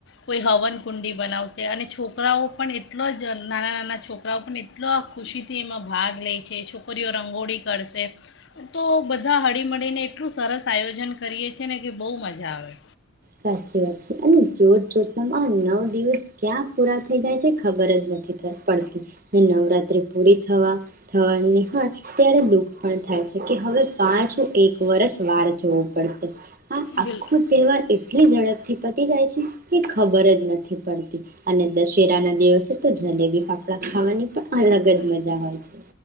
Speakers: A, on the left; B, on the right.
A: કોઈ હવન કુંડી બનાવશે અને છોકરાઓ પણ એટલો જ નાના નાના છોકરાઓ પણ એટલો જ એટલો ખુશીથી એમાં ભાગ લે છે. છોકરીઓ રંગોળી કરશે, તો બધા હળીમળીને એટલું સરસ આયોજન કરીએ છે ને કે બો મજા આવે.
B: સાચી વાત છે અને જોત જોતમાં આ નવ દિવસ ક્યાં પૂરા થઈ જાય છે ખબર જ નથી પડતી. ને નવરાત્ર્રી પૂરી થવા થવાની હોય ત્યારે દુઃખ પણ થાય છે કે હવે પાછું એક વરષ વાળ જોવું પડશે. હા આખો
A: બિલ
B: તહેવાર એ ને ઝડપથી પતી જાય છે એ ખબર જ નથી પડતી અને દશ દશેરા ના દિવસે તો જલેબી ફાફડા ખાવાની પણ અલગ જ મજા હોય. છે.